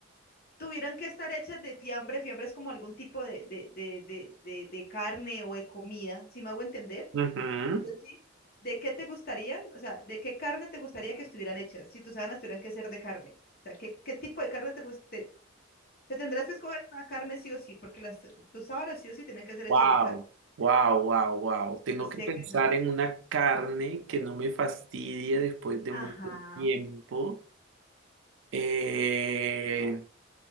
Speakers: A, on the left; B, on the right.
A: tuvieran que estar hechas de fiambre, fiambre es como algún tipo de, de, de, de, de, de carne o de comida, si me hago entender,
B: Ujú.
A: yo sí. ¿De qué te gustarían? O sea, ¿de qué carne te gustaría que estuvieran hechas? Si tus sábanas tuvieran que ser de carne. O sea, ¿qué, qué tipo de carne te guste? Te tendrás que escoger una carne sí o sí, porque las, tus sábanas sí o sí tienen que ser hechas
B: Wow,
A: de carne.
B: wow, wow, wow. Tengo
A: No
B: que
A: sé
B: pensar
A: qué sabor.
B: en una carne que no me fastidie después de
A: Ajá.
B: mucho tiempo. Eh,